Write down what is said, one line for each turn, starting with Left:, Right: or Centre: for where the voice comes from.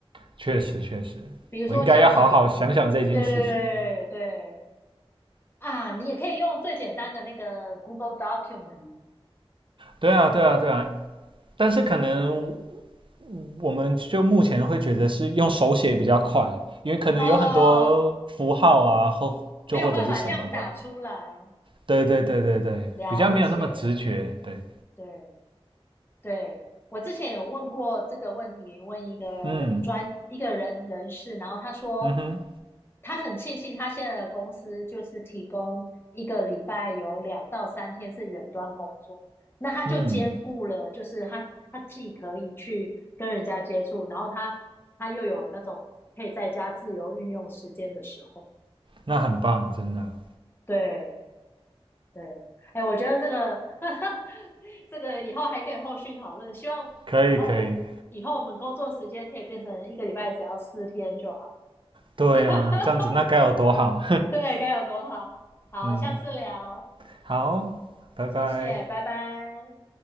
Right: 确实确实，
Left: 比如说像什么，
Right: 我应该要好好想想这件事情。
Left: 对对对对啊，你也可以用最简单的那个 Google Document
Right: 对啊对啊对啊，但是可能我们就目前会觉得是用手写比较快，因为可能有很多符号啊，
Left: 哦，
Right: 或就或者是什么的。
Left: 没有办法这样打出来，
Right: 对对对对对，
Left: 了解，
Right: 比较没有那么直觉。对，
Left: 对，对，我之前有问过这个问题，问一个
Right: 嗯
Left: 专一个人人士，然后他说
Right: 嗯哼
Left: 他很庆幸他现在的公司就是提供一个礼拜有两到三天是远端工作，那他就兼顾了，
Right: 嗯，
Left: 就是他他既可以去跟人家接触，然后他他又有那种可以在家自由运用时间的时候，
Right: 那很棒，真的
Left: 对。对，哎，我觉得这个 <laughs> 这个以后还可以后续讨论。希望以后以后我们工作时间可以变成一个礼拜只要四天就好。
Right: 可以可以。对啊，
Left: <laughs>
Right: 这样子那该有多好。
Left: 对，该有多好！
Right: <laughs>
Left: 好，
Right: 嗯，
Left: 下次聊，
Right: 好，拜拜。
Left: 谢谢，拜拜。